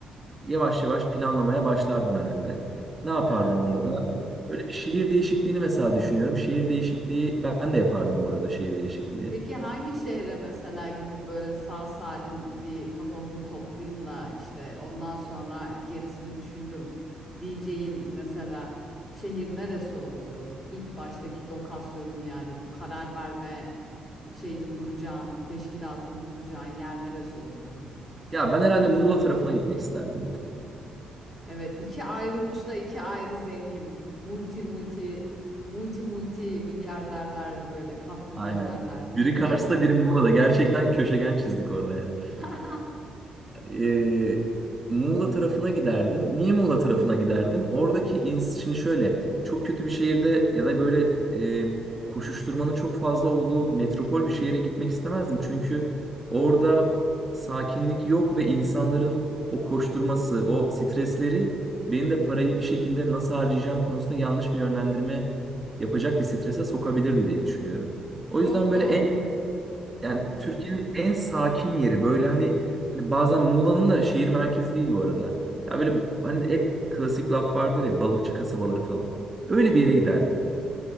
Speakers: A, on the right (about 15°); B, on the left (about 25°).
A: yavaş yavaş planlamaya başlardım herhalde. Ne yapardım
B: He,
A: onda da?
B: anladım.
A: Böyle bir şehir değişikliğini mesela düşünüyorum. Şehir değişikliği ben de yapardım bu arada şehir değişikliği.
B: Peki hangi şehre mesela gidip böyle sağ salim bir kafamı bir toplayayım da işte ondan sonra gerisini düşünürüm diyeceğin mesela şehir neresi olurdu? İlk baştaki lokasyonun yani bu karar verme şeyini kuracağın, teşkilatını kuracağın yer neresi olurdu?
A: Ya ben herhalde Muğla tarafına gitmek isterdim.
B: Evet, iki ayrı uçta iki ayrı zengin, multi multi multi multi milyarderler böyle katrilyonerler
A: Aynen.
B: muhteşem.
A: Biri Kars'ta biri Muğla'da. Gerçekten köşegen çizdik orada yani.
B: <laughs>
A: e, Muğla tarafına giderdim. Niye Muğla tarafına giderdim? Oradaki ins şimdi şöyle çok kötü bir şehirde ya da böyle e, koşuşturmanın çok fazla olduğu metropol bir şehire gitmek istemezdim. Çünkü orada sakinlik yok ve insanların o koşturması, o stresleri benim de parayı bir şekilde nasıl harcayacağım konusunda yanlış bir yönlendirme yapacak bir strese sokabilirdi diye düşünüyorum. O yüzden
B: Çok
A: böyle
B: doğru.
A: en
B: Çok
A: yani
B: doğru.
A: Türkiye'nin en sakin yeri böyle hani, hani bazen Muğla'nın da şehir merkezi değil bu arada. Ya böyle hani hep klasik laf vardır ya balıkçı kasabaları falan. Öyle bir yere giderdim